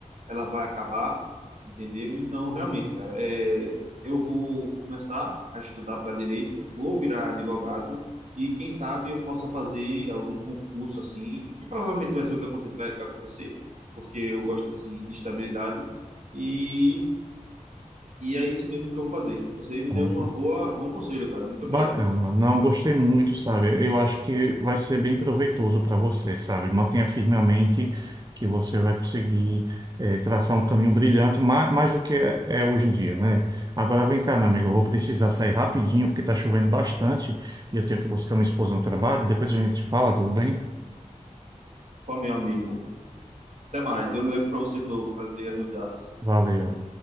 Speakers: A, on the right (about 65°); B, on the right (about 30°).
A: ela vai acabar, entendeu? Então, realmente, cara, é, eu vou começar a estudar para direito, vou virar advogado e quem sabe eu possa fazer algum concurso assim, que provavelmente vai ser o que aconte- vai acontecer, porque eu gosto assim de estabilidade e e é isso mesmo que eu vou fazer. Você me
B: Pronto.
A: deu uma boa bom conselho, cara. Muito
B: Bacana.
A: obrigado.
B: Não, gostei muito, sabe? Eu acho que vai ser bem proveitoso para você, sabe? Mantenha firmemente que você vai conseguir eh, traçar um caminho brilhante, mais, mais do que é, é hoje em dia, né? Agora vem cá, meu amigo, eu vou precisar sair rapidinho porque está chovendo bastante e eu tenho que buscar minha esposa no trabalho. Depois a gente se fala, tudo bem?
A: Pô, meu amigo. Até mais. Eu ligo para você de novo para dizer as novidades.
B: Valeu.